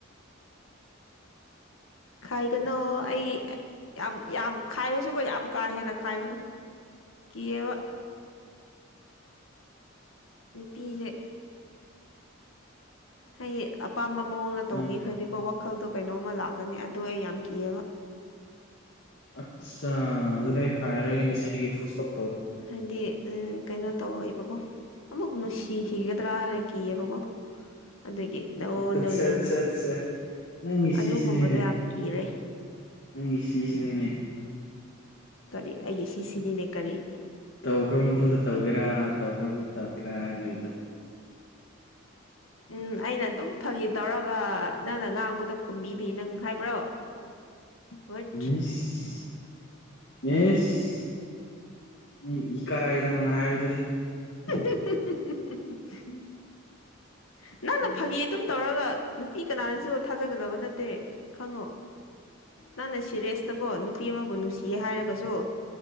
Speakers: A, on the left; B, on the left.
A: <inaudible>
B: ꯈꯥꯏꯒꯅꯣ ꯑꯩ ꯌꯥꯝ ꯌꯥꯝ ꯈꯥꯏꯔꯁꯨ ꯀꯣ ꯌꯥꯝ ꯀꯥ ꯍꯦꯟꯅ ꯈꯥꯏꯒꯅꯣ ꯀꯤꯔꯕ ꯅꯨꯄꯤꯁꯦ ꯍꯥꯏꯗꯤ ꯑꯄꯥꯝꯕ ꯃꯉꯣꯟꯗ ꯇꯧꯕꯤꯈ꯭ꯔꯗꯤꯀꯣ
A: ꯅꯪ
B: ꯋꯥꯈꯜꯗꯣ ꯀꯩꯅꯣꯝꯃ ꯂꯥꯛꯀꯅꯤ ꯑꯗꯨ ꯑꯩ ꯌꯥꯝ ꯀꯤꯌꯦꯕ
A: ꯑꯠꯆꯥ ꯑꯗꯨꯗꯤ ꯑꯩ ꯈꯥꯏꯔꯔꯣꯏ ꯌꯦ ꯉꯁꯤꯗꯒꯤ ꯐꯨꯜꯇꯣꯞ
B: ꯍꯥꯏꯗꯤ ꯑꯥ ꯀꯩꯅꯣ ꯇꯧꯌꯦꯕꯀꯣ ꯑꯃꯨꯛ ꯅꯨꯡꯁꯤꯈꯤꯒꯤꯗ꯭ꯔ ꯍꯥꯏꯅ ꯀꯤꯌꯦꯕꯀꯣ ꯑꯗꯨꯒꯤ ꯅꯣꯅꯣ
A: ꯑꯠꯆꯥ ꯑꯠꯆꯥ
B: ꯅꯣ
A: ꯑꯠꯆꯥ ꯅꯪꯒꯤ ꯁꯤꯁꯤꯅꯤꯅꯦ
B: ꯑꯗꯨꯒꯨꯝꯕꯗꯣ ꯌꯥꯝ ꯀꯤꯔꯦ
A: ꯅꯪꯒꯤ ꯁꯤꯁꯤꯅꯤꯅꯦ
B: ꯀꯔꯤ ꯑꯩꯒꯤ ꯁꯤꯁꯤꯅꯤꯅꯦ ꯀꯔꯤ
A: ꯇꯧꯈ꯭ꯔꯕ ꯃꯇꯨꯡꯗ ꯇꯧꯒꯦꯔꯥ ꯇꯧꯈ꯭ꯔꯕ ꯃꯇꯨꯡꯗ ꯇꯧꯒꯦꯔꯥ ꯍꯥꯏꯅ ꯂꯩꯕꯗꯣ <inaudible>
B: ꯎꯝ ꯑꯩꯅ ꯑꯗꯨꯝ ꯐꯒꯤ ꯇꯧꯔꯒ ꯅꯪꯅ ꯉꯥꯡꯕꯗꯣ ꯈꯨꯝꯕꯤꯕꯤ ꯅꯪ ꯍꯥꯏꯕ꯭ꯔꯣ ꯋꯠ
A: ꯏꯁ ꯏꯁ ꯏ ꯀꯔꯛꯌꯦ ꯅꯪ ꯑꯗꯨꯃꯥꯏ ꯍꯥꯏꯕꯗꯨꯗꯤ
B: ꯍꯤ ꯍꯤ ꯍꯤ ꯅꯪꯅ ꯐꯥꯒꯤ ꯑꯗꯨꯝ ꯇꯧꯔꯒ ꯅꯨꯄꯤ ꯀꯅꯥꯅꯁꯨ ꯊꯥꯖꯒꯗꯕ ꯅꯠꯇꯦ ꯈꯪꯉꯣ ꯅꯪꯅ ꯁꯤꯔꯤꯌꯁꯇꯀꯣ ꯅꯨꯄꯤ ꯑꯃꯕꯨ ꯅꯨꯡꯁꯤꯌꯦ ꯍꯥꯏꯔꯒꯁꯨ